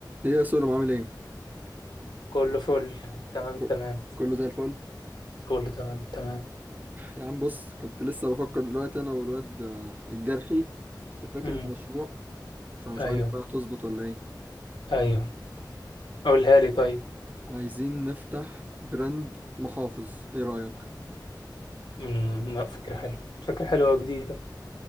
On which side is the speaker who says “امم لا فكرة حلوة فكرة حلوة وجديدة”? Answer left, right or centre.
Left